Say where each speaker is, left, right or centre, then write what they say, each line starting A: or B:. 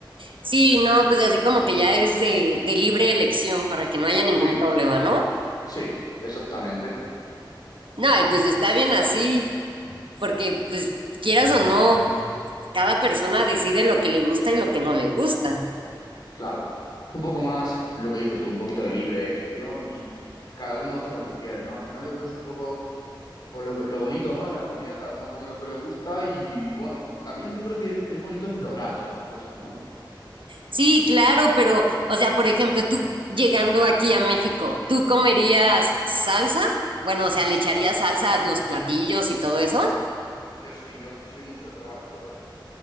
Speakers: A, on the right; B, on the left.
A: Sí, no, pues así como que ya es de, de libre elección para que no haya ningún
B: Sí,
A: problema, ¿no?
B: sí, exactamente.
A: No, y pues está bien así, porque pues quieras o no, cada persona decide lo que le gusta y lo que no le gusta.
B: Claro, un poco más lo que dices tú, un poquito de libre elección y que cada uno hace lo que quiere, ¿no? Al final yo creo que es un poco pues, lo que- lo bonito, ¿no? De la comida, cada uno come lo que le gusta y bueno, también yo creo que es bonito explorar otras cosas, ¿no?
A: Sí, claro, pero, o sea, por ejemplo, tú llegando aquí a México, ¿tú comerías salsa? Bueno, o sea, ¿le echarías salsa a los platillos y todo eso?
B: Yo sí, yo es que soy mucho de probar todo, ¿eh?